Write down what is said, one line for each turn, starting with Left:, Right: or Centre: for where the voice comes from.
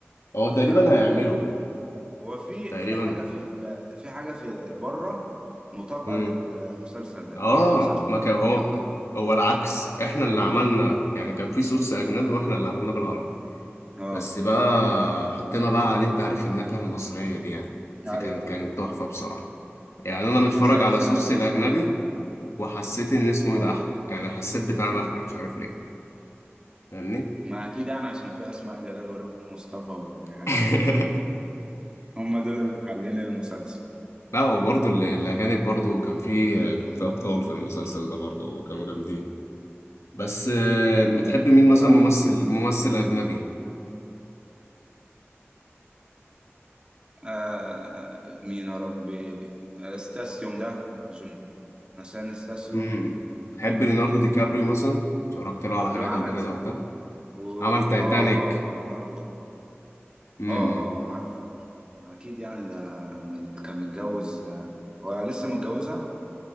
Left: هو تقريبا
Right: يا رب
Left: هيعمله
Right: يعملوا جزء هو في
Left: تقريبا
Right: في حاجة في ال... في حاجة في بره مطابقة
Left: امم
Right: للمسلسل ده
Left: اه
Right: مسلسل
Left: ما كان هو هو العكس احنا اللي عملنا يعني كان في صوص اجنبي واحنا اللي عملنا بالعربي
Right: اه
Left: بس بقى حطينا بقى عليه انت عارف النكهة المصرية دي يعني فكان
Right: ايوه
Left: كان
Right: ايوه
Left: تحفة بصراحة يعني انا متفرج
Right: انا زعلت
Left: على صوص
Right: لما
Left: الاجنبي
Right: اسماء
Left: وحسيت ان اسمه
Right: اه
Left: ايه ده احلى يعني حسيت بتاعنا احلى مش عارف ليه فاهمني
Right: ما اكيد يعني عشان في اسماء جلال وريم مصطفى والحاجات
Left: <laughs>
Right: دي هم دول اللي محللين المسلسل
Left: لا وبرضه ال- الاجانب برضه كان في كان في ابطال في المسلسل ده برضه كانوا جامدين بس آه، بتحب
Right: اه
Left: مين
Right: هو
Left: مثلا ممثل ممثل اجنبي
Right: آه مين يا ربي آه، استاسيوم ده جوناثان استاسيوم
Left: امم تحب ليوناردو دي كابريو مثلا اتفرجت له على
Right: اللي
Left: حاجات
Right: هو عمل
Left: قبل كده
Right: زي
Left: وبتاع
Right: و...
Left: عمل تايتانيك
Right: اه اه ليوناردو برضه
Left: امم
Right: اه اه آه، عارف اكيد يعني ده مت- كان متجوز آه، هو لسه متجوزها